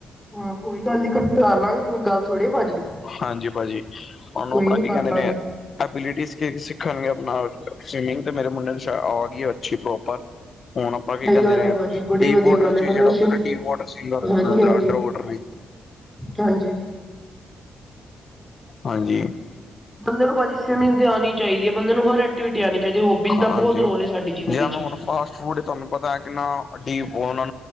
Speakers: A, in the centre; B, on the left.
A: ਹਾਂ ਕੋਈ ਗੱਲ ਨੀ ਕੱਠ ਕਰ ਲਾਂਗੇ ਕੋਈ ਗੱਲ ਥੋੜੀ ਆ ਭਾਜੀ।
B: ਹਾਂਜੀ ਭਾਜੀ ਉਹਨੂੰ
A: ਕੋਈ
B: ਆਪਣਾ
A: ਨੀ ਕਰ
B: ਕੀ ਕਹਿੰਦੇ
A: ਲਾਂਗੇ।
B: ਨੇ, ਅਬਿਲਿਟੀ ਸਿੱਖਾਂਗੇ ਨਾ ਸਵੀਮਿੰਗ ਤੇ ਮੇਰੇ ਮੁੰਡੇ ਨੂੰ ਛਾ ਆ ਗੀ ਅੱਛੀ ਪ੍ਰੋਪਰ। ਹੁਣ ਆਪਾਂ ਕੀ
A: ਸਹੀ
B: ਕਹਿੰਦੇ
A: ਗੱਲ
B: ਨੇ
A: ਹੈ ਭਾਜੀ ਬੜੀ
B: ਡੀ
A: ਵਧੀਆ
B: ਵਾਟਰ
A: ਗੱਲ
B: ਚ
A: ਹੈ
B: ਵੀ
A: ਬੰਦੇ
B: ਜਿਹੜਾ
A: ਨੂੰ
B: ਹੁੰਦਾ ਨਾ ਡੀ ਵਾਟਰ,
A: ਹਾਂਜੀ ਹਾਂਜੀ
B: ਅੰਡਰ ਵਾਟਰ ਵੀ।
A: ਹਾਂਜੀ।
B: ਹਾਂਜੀ।
A: ਬੰਦੇ ਨੂੰ ਭਾਜੀ ਸਵਿਮਿੰਗ ਤੇ ਆਣੀ ਚਾਹੀਦੀ ਏ। ਬੰਦੇ ਨੂੰ ਹਰ ਐਕੀਟੀਵਿਟੀਜ ਆਣੀ ਚਾਹੀਦੀ ਹੋਬੀਜ਼ ਦਾ
B: ਹਾਂਜੀ।
A: ਬਹੁਤ ਰੋਲ ਏ ਸਾਡੀ ਜ਼ਿੰਦਗੀ
B: ਜਾਂ
A: 'ਚ।
B: ਮੈਂ ਹੁਣ ਫਾਸਟ ਫੂਡ ਤਹਨੂੰ ਪਤਾ ਹੈ ਕਿੰਨਾ ਡੀਪ ਫੋ ਉਹਨਾਂ